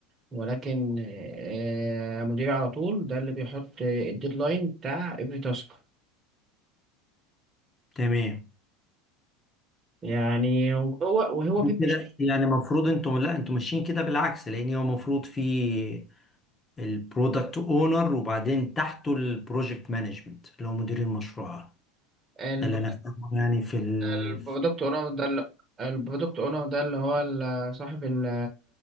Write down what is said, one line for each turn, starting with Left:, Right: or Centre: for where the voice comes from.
Right: ولكن آه، مديري على طول ده اللي بيحط الديدلاين بتاع every تاسك
Left: تمام
Right: يعني هو وهو
Left: <laughs>
Right: بيبقى
Left: كده
Right: شايف
Left: يعني المفروض انتم لا انتم ماشيين كده بالعكس لان هو المفروض في البرودكت اونر وبعدين تحته البروجكت مانجمنت اللي هو مدير المشروع
Right: البرودكت
Left: ده اللي انا فاهمه يعني في ال
Right: البرودكت اونر ده اللي البرودكت اونر ده اللي هو ال- صاحب ال-